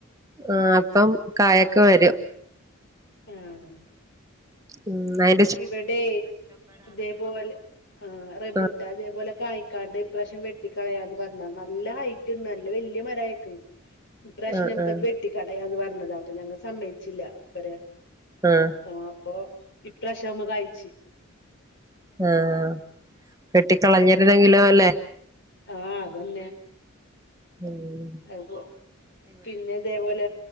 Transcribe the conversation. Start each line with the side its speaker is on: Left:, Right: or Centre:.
Right: ആഹ് അപ്പം കായക്ക വരും.
Left: ആഹ്
Right: ഉം അയി
Left: ഇവിടെ ഇതേപോലെ ആഹ് റബ്ബൂട്ടൻ
Right: ആ
Left: അതേപോലെ കായിക്കാണ്ട് ഇപ്രാവശ്യം വെട്ടി കളയാന്ന് പറഞ്ഞ നല്ല ഹൈ നല്ല വല്ലിയ മരം ആയിക്ണ്
Right: <inaudible>
Left: ഇപ്രാവശ്യം ഞമ്മക്കത്
Right: ആ
Left: വെട്ടിക്കളയാന്ന് പറഞ്ഞതാ അപ്പ ഞങ്ങൾ സമ്മയിച്ചില്ല ഇവര്
Right: ആഹ്
Left: ആ അപ്പൊ ഇപ്രാശൃം ആവുമ്പൊ കയിച്ച്
Right: ആഹ് വെട്ടിക്കളഞ്ഞിരുന്നെങ്കിലോ അല്ലേ
Left: ആഹ് അതന്നെ.
Right: ഉമ്
Left: <unintelligible> പിന്നെ ഇതേപോല